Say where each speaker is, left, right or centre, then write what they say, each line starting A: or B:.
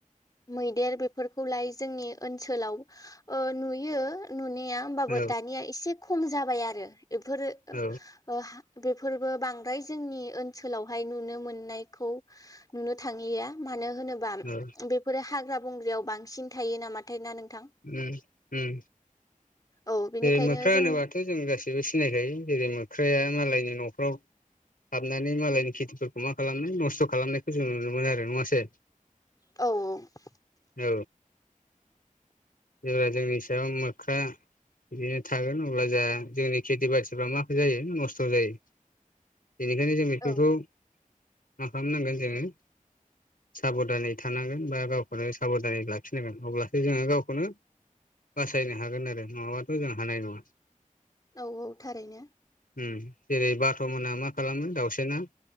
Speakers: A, on the left; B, on the left.
A: मैदेर बेफोरखौलाय जोंनि ओनसोलाव ओ नुयो नुनाया होमबाबो
B: औ
A: दानिया एसे खम जाबाय आरो इफोरो
B: औ
A: ओ बेफोरबो बांद्राय जोंनि ओनसोलावहाय नुनो मोननायखौ नुनो थांलिया मानो होनो बा
B: औ
A: बेफोरो हाग्रा बंग्रायाव बांसिन थायो नामाथाय ना नोंथां
B: उम उम
A: औ बेनिखायनो
B: ओ मोख्रा होनोबाथजों
A: जोंनि
B: गासै बो सिनायखायो जेरै मोख्राया मालायनि न'खराव हाबनानै मालायनि खेथिफोर मा खालामदों नस्थ' खालामनायखौ जों नुनो मोनो आरो नङासै
A: औ औ।
B: औ। जेब्ला जोंनि सायाव मोख्रा बिदिनो थागोन अब्ला जाहा जोंनि खेथि बाथिफ्रा मा जायो नस्थ' जायो। बेनिखायनो जों बेफोरखौ
A: औ
B: मा खालामनांगोन जोङो साबधानै थानांगोन बा गावखौनो साबधानै लाखिनांगोन अब्लासो जोङो गावखौ खौनो बासायनो हागोन आरो नङाबाथ' जों हानाय नङा।
A: औ औ थारैनो।
B: ओम जेरै बाथ' मोना मा खालामो दाउसेना